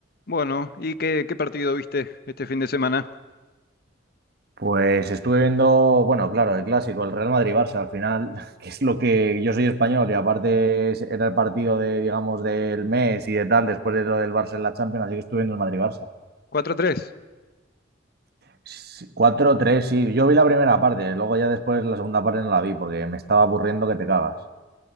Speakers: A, on the left (about 50°); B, on the right (about 55°).
A: Bueno, ¿y qué, qué partido viste este fin de semana?
B: Pues estuve viendo, bueno, claro, el clásico, el Real Madrid-Barça al final, <laughs> que es lo que yo soy español y aparte es- era el partido de, digamos, del mes y de tal, después de lo del Barça en la Champions, así que estuve viendo el Madrid-Barça.
A: Cuatro a tres.
B: Sí, 4-3, sí, yo vi la primera parte, luego ya después la segunda parte no la vi porque me estaba aburriendo que te cagas.